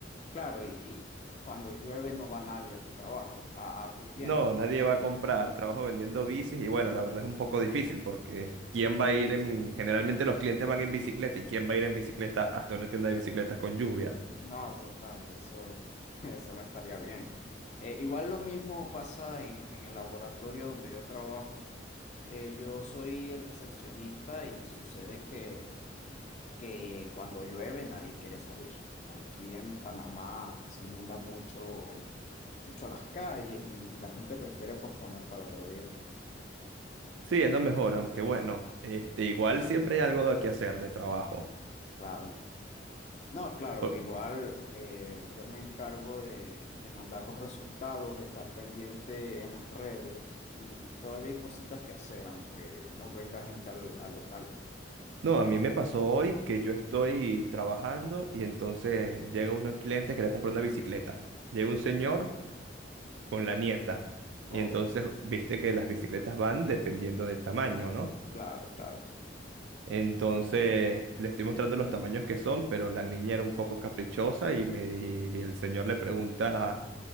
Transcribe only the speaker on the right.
No,
nadie va a comprar, trabajo vendiendo bicis y bueno, la verdad es un poco difícil porque ¿quién va a ir en... Generalmente los clientes van en bicicleta y ¿quién va a ir en bicicleta hasta una tienda de bicicletas con lluvia?
Sí, es lo mejor, aunque bueno, este, igual siempre hay algo que hacer de trabajo.
Por-
No, a mí me pasó hoy que yo estoy trabajando y entonces llega un cliente que quería comprar una bicicleta. Llega un señor con la nieta y
entonces viste que las bicicletas van dependiendo del tamaño, ¿no?
Entonces le estoy mostrando los tamaños que son, pero la niña era un poco caprichosa y, me, di- y el señor le pregunta,